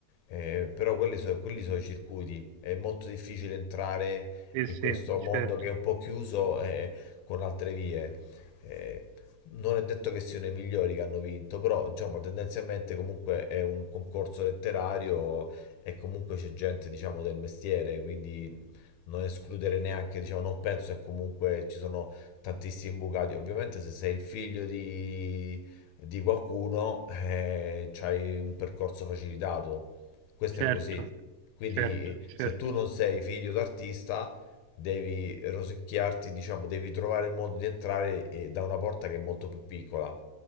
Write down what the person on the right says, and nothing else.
Sì,
sì,
certo,
certo,
certo,
certo,